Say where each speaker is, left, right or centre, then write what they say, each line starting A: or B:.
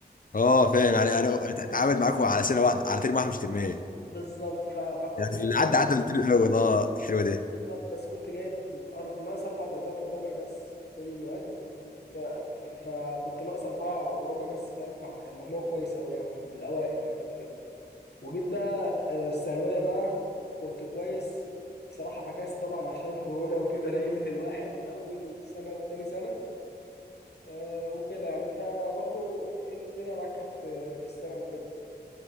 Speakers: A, on the left; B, on the left.
A: اه فاهم يعني يعني اتعامل معاكم على سنه واحده على ترم واحد مش ترمين
B: بالظبط ف... فكنت
A: يعني
B: جايب
A: اللي
B: مجموع
A: عدى عدى من الترم الاول اه حلوه دي
B: بالظبط بس كنت جايب أر... ناقص أربع درجات وربع بس في كل المواد ف... ف... فكنت ناقص أربعة وربع بس فاهم فكان مجموع كويس أوي يعني من الأوائل يعني وكده وجيت بقى آه، الثانوية بقى كنت كويس صراحة فكاس طبعا عشان كورونا وكده <laughs> نيمت الواحد أول سنة وتاني سنة أه وكده يعني أنت برضو إيه الدنيا معاك كانت في في السنة وكده